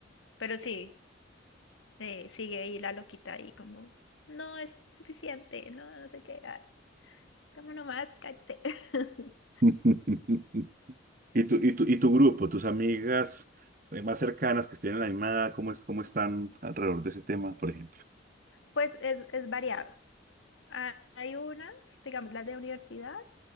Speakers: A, on the left; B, on the right.
A: Pero sí, eh, sigue ahí la loquita ahí como, no es suficiente, no, no sé qué, ay, dame nomás, cállate. <laughs>
B: <laughs> ¿Y tu, y tu, y tu grupo, tus amigas eh, más cercanas que estén en la misma, cómo es, cómo están alrededor de ese tema, por ejemplo?
A: Pues es, es variado. Ha- Hay unas, digamos, las de universidad,